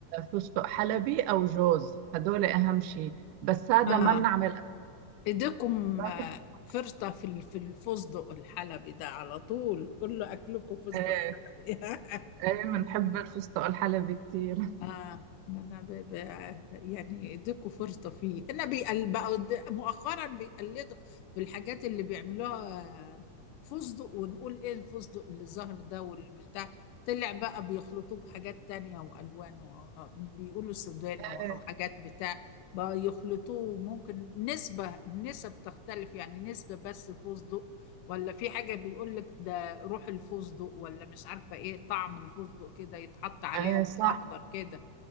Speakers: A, on the right; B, on the left.
A: فستق حلبي او جوز هدول اهم شيء بس هذا
B: اه
A: ما بنعمل
B: ايديكم
A: لازم
B: آه،
A: يكون-
B: فرطة في ال- في الفستق الحلبي ده على طول كله اكلكم فستق
A: ايه
B: حلبي <laughs>
A: ايه بنحب الفستق الحلبي كثير
B: آه ما أنا ب... ب... يعني اديكوا فرصة فيه أنا بيقل... بقوا د- مؤخرا بيقلدوا في الحاجات اللي بيعملوها آه، فستق ونقول إيه الفستق اللي ظهر ده والبتاع طلع بقى بيخلطوه بحاجات تانية وألوان و... آه، بيقولوا سدوانة و-
A: ايه
B: أو حاجات بتاع بقى يخلطوه ممكن نسبة النسب تختلف يعني نسبة بس فستق ولا في حاجة بيقول لك ده روح الفستق ولا مش عارفة ايه طعم الفستق كده يتحط عليها
A: ايه
B: لون
A: صح
B: اخضر كده